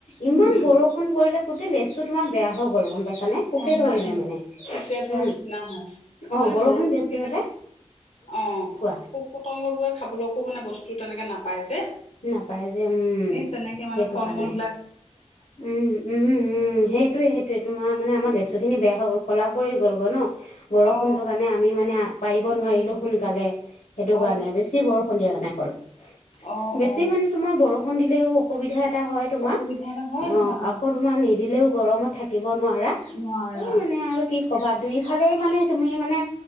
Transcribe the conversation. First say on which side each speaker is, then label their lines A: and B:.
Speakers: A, on the left; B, on the left.
A: ইমান
B: উম উম
A: বৰষুণ পৰিলে, গোটেই লেচু তোমাৰ বেয়া হৈ গ'ল গম পাইছানে? পোকে
B: অ বেয়া
A: ধৰিলে
B: হৈ
A: মানে
B: যায় পোকে ধৰ
A: উম
B: নিচিনা হয়
A: অ
B: মানে
A: বৰষুণ
B: বৰষুণত
A: বেছি
B: সিঁহতে।
A: হলে
B: অ'
A: কোৱা
B: পোক পতংগ বোৰে খাবলৈকো মানে বস্তু। তেনেকে নাপায় যে,
A: নাপায় যে উম
B: এই তেনেকে মানে
A: সেইটো
B: ফল
A: কাৰণে
B: মূল বিলাক।
A: উম' উম' উম' সেইটোয়েই। ত এইটো মাহ মানে আমাৰ
B: উম,
A: লেচু খিনি বেয়া হৈ গ'ল ক'লা পৰি গ'ল গৈ ন, বৰষুণটোৰ
B: অ
A: কাণে আমি মানে পাৰিব নোৱাৰিলো সোনকালে সেইটো
B: অ
A: কাৰণে, বেছি বৰষুণ দিয়া কাৰণে হ'ল।
B: অ
A: বেছি
B: অ
A: মানে তোমাৰ বৰষুণ দিলেও অসুবিধা এটা হয় তোমাৰ
B: অসুবিধা এটা হয়
A: অ
B: হয় হয়
A: আকৌ তোমাৰ নিদিলেও গৰমত থাকিব নোৱাৰা,
B: নোৱাৰা
A: এ মানে আৰু কি কবা দুইফালেই মানে তুমি মানে